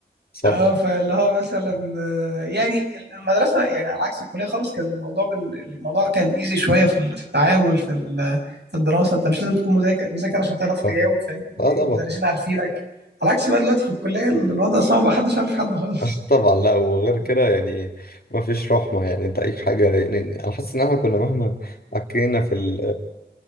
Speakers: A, on the left; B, on the right.
A: صح
B: اه فاللي هو مثلا آه، يعني المدرسه يعني على عكس الكليه خالص كان الموضوع بن... الموضوع كان ايزي شويه في ال- في التعامل في ال... في الدراسه انت مش لازم تكون مذاكر مذاكر عشان تعرف تجاوب
A: صح
B: فاهمني
A: اه طبعا
B: المدرسين عارفينك على عكس بقى دلوقتي في الكليه ال- الوضع صعب محدش عارف حد خالص
A: <laughs> طبعا لا وغير كده يعني ما فيش رحمة يعني انت اي حاجة يعني انا حاسس ان احنا كنا مهما عكينا في ال...